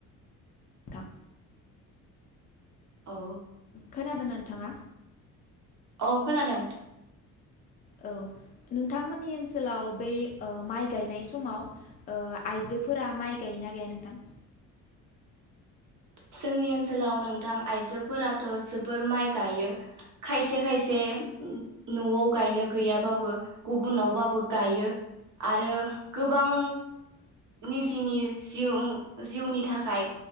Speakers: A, on the left (about 25°); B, on the right (about 55°).
A: नोंथां
B: औ।
A: खोनादोंना नोंथाङा?
B: अ खोनादों।
A: औ। नोंथांमोननि ओनसोलाव बै ओ माइ गायनाय समाव ओ आइजोफोरा माइ गायन गायो ना गाया नोंथां?
B: <inaudible> जोंनि ओनसोलाव नोंथां आइजोफोराथ' जोबोर माइ गायो। खायसे खायसे म-म न'आव गायनो गैयाबाबो गुबुनावबाबो गायो। आरो गोबां निजेनि जिउ-जिउनि थाखाय